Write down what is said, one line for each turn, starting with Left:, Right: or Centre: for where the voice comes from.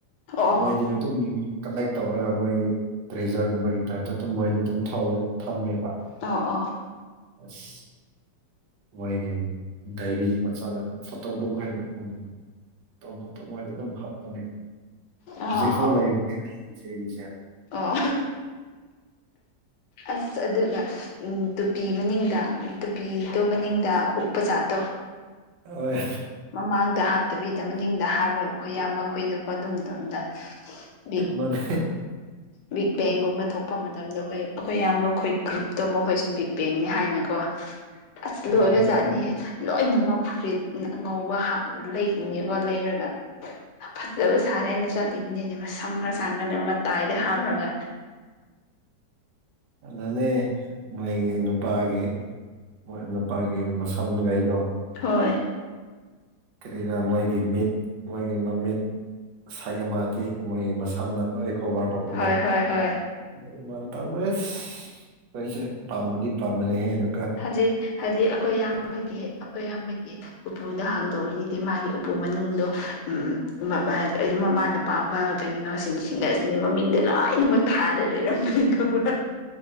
Left: ꯑꯣ
Right: ꯃꯣꯏꯗꯤ ꯑꯗꯨꯝ ꯀꯂꯦꯛ ꯇꯧꯔꯒ ꯃꯣꯏꯒꯤ ꯗ꯭ꯔꯦꯖꯔꯒꯨꯝꯕꯒꯤ ꯇꯥꯏꯞꯇ ꯑꯗꯨꯝ ꯃꯣꯏꯗꯤ ꯑꯗꯨꯝ ꯊꯧꯋꯦ ꯊꯝꯃꯦꯕ
Left: ꯑ ꯑꯣ
Right: ꯑꯁ ꯃꯣꯏꯒꯤ ꯗꯥꯏꯔꯤꯒꯤ ꯃꯆꯥ ꯂꯩꯕ ꯐꯣꯇꯣ ꯕꯨꯛ ꯍꯥꯏꯗꯦ ꯎꯝ ꯇꯣꯞꯄꯇ ꯃꯣꯏꯗꯤ ꯑꯗꯨꯝ ꯍꯥꯞꯄꯅꯦ
Left: ꯑꯣ
Right: ꯍꯧꯖꯤꯛꯐꯥꯎ ꯂꯩꯔꯤꯅꯦ ꯑꯩ ꯏꯆꯦꯒꯤꯁꯦ
Left: ꯑꫭ ꯑꯁ ꯑꯗꯨꯒ ꯎꯝ ꯇꯨꯄꯤ ꯃꯅꯤꯡꯗ ꯇꯨꯄꯤꯗꯨ ꯃꯅꯤꯡꯗ ꯎꯞꯄꯖꯥꯠꯇꯣ
Right: ꯍꯣꯏ
Left: ꯃꯃꯥꯡꯗ ꯍꯥꯞꯇꯕꯤꯗ ꯃꯅꯤꯡꯗ ꯍꯥꯞꯄꯨꯔꯒ ꯑꯩꯈꯣꯏ ꯑꯌꯥꯝꯕ ꯑꯩꯈꯣꯏꯗ ꯀ ꯑꯗꯨꯝ ꯇꯗ <unintelligible>
Right: ꯃꯥꯅꯦ
Left: ꯕꯤꯛ ꯕꯦꯡꯒꯨꯝꯕ ꯊꯣꯛꯄ ꯃꯇꯝꯗ ꯑꯩꯈꯣꯏ ꯑꯩꯈꯣꯏ ꯑꯌꯥꯝꯕ ꯑꯩꯈꯣꯏ ꯒ꯭ꯔꯨꯞꯇꯣ ꯃꯈꯈꯣꯏꯁꯨꯕꯤ ꯕꯦꯡꯅꯦ ꯍꯥꯏꯅꯀꯣ ꯑꯁ ꯂꯣꯏꯕ
Right: ꯑꯣ
Left: ꯖꯥꯠꯅꯤꯌꯦ ꯂꯣꯏꯅꯃꯛ ꯐꯨꯔꯤꯠ ꯉꯧꯕ ꯂꯩꯉꯦꯀꯣ ꯂꯩꯔꯒ ꯐꯖꯕ ꯁꯥꯔꯦꯅ ꯆꯠꯂꯤꯕꯅꯤꯅꯦ ꯃꯁꯝ ꯈꯔ ꯁꯥꯟꯅꯒ ꯃꯇꯥꯏꯗ ꯍꯥꯞꯂꯒ
Right: ꯅꯅꯦ ꯃꯥꯏꯒꯤ ꯅꯨꯄꯥꯒꯤ ꯃꯣꯏ ꯅꯨꯄꯥꯒꯤ ꯃꯁꯝꯉꯩꯗꯣ
Left: ꯍꯣꯏ
Right: ꯀ꯭ꯔꯤꯔ ꯃꯣꯏꯒꯤ ꯃꯤꯠ ꯃꯣꯏꯒꯤ ꯃꯃꯤꯠ ꯁꯥꯏꯒ ꯃꯗꯤ ꯃꯣꯏꯒꯤ ꯃꯁꯝꯅ ꯂꯣꯏ ꯀꯣꯚꯔ ꯇꯧꯕꯗꯣ
Left: ꯍꯣꯏ ꯍꯣꯏ ꯍꯣꯏ
Right: ꯑꯗꯨꯒꯨꯝꯕ ꯇꯝ ꯏꯁ ꯈꯣꯢꯁꯦ ꯄꯥꯝꯕꯗꯤ ꯄꯥꯝꯕꯅꯦ ꯍꯦ ꯅꯨ
Left: ꯍꯧꯖꯤꯛ ꯍꯥꯖꯤꯛ ꯑꯩꯈꯣꯏ ꯏꯌꯥꯝꯕꯒꯤ ꯑꯩꯈꯣꯏ ꯏꯌꯥꯝꯕꯒꯤ ꯎꯄꯨꯗꯣ ꯍꯥꯡꯗꯣꯛꯔꯒꯗꯤ ꯃꯥꯒꯤ ꯎꯄꯨ ꯃꯅꯨꯡꯗꯣ ꯎꯝ ꯎꯝ ꯑ ꯃꯃꯥꯅ ꯄꯥꯝꯕ ꯀꯔꯤꯅꯣ ꯁꯤꯡ ꯁꯤꯡꯒꯔꯁꯤꯡꯒꯤ ꯃꯃꯤꯡꯗꯣ ꯂꯣꯏꯅꯃꯛ ꯊꯥꯔ ꯂꯩꯔꯝꯕꯅꯤ ꯈꯪꯕ꯭ꯔꯥ